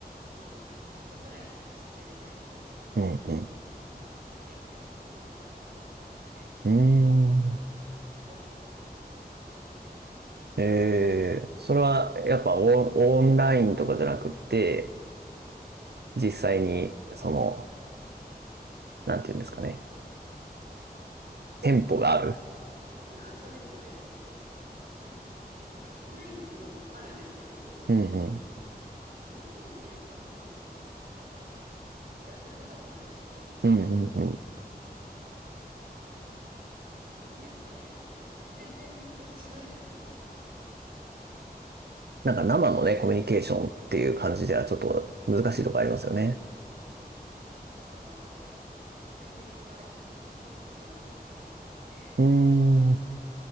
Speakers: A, on the right; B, on the right.
A: もうちょっとくらい喋れないと一人だと厳しいかなって思ってたこともあったので
B: うん、うん。うーん。
A: 感じでふわっと始めたのがきっかけですね。
B: えー、それはやっぱオン、オンラインとかじゃなくって、実際に、その、なんていうんですかね。店舗がある。
A: うん、あ、そうです、そうです。そう、なんかオンラインもあるんですけど、
B: うん
A: オンラインってやっぱなんか、なんだろう、ラグとかもあるし、
B: うんうんうん。
A: なんですかね、まあ、全然対面と違うじゃないですか。
B: なんか生のね、コミュニケーションっていう感じではちょっと難しいとこありますよね。
A: だから、対面がいいっていうこだわりがちょっとあって、
B: うーん。